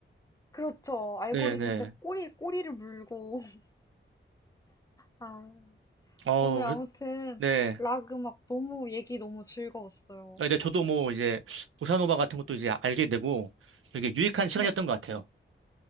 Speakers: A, on the left; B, on the right.
A: 그렇죠. 알고리즘
B: 네네.
A: 진짜 꼬리에 꼬리를 물고. <laughs> 아,
B: 어,
A: 오늘 아무튼
B: 네.
A: 락 음악 너무 얘기 너무 즐거웠어요.
B: 아, 네, 저도 뭐 이제 보사노바 같은 것도 이제 알게 되고 되게 유익한 시간이었던
A: 네.
B: 것 같아요.